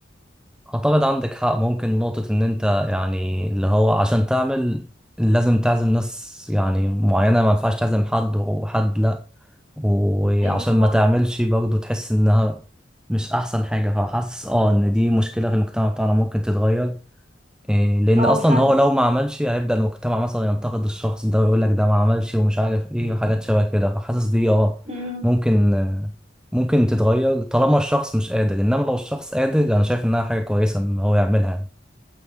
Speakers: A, in the centre; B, on the right.
A: أعتقد عندك حق ممكن نقطة إن أنت يعني اللي هو عشان تعمل لازم تعزم ناس يعني معينة ما ينفعش تعزم حد وحد لأ وعشان
B: أيوة طبعا
A: ما تعملش برضه تحس إنها مش أحسن حاجة فحاسس أه إن دي مشكلة في المجتمع بتاعنا ممكن تتغير إيه، لان
B: اه
A: اصلا
B: فعلا
A: هو لو ما عملش هيبدا المجتمع مثلا ينتقد الشخص ده ويقول لك ده ما عملش ومش عارف ايه وحاجات شبه كده فحاسس دي اه
B: امم
A: ممكن آه، ممكن تتغير طالما الشخص مش قادر انما لو الشخص قادر انا شايف انها حاجه كويسه ان هو يعملها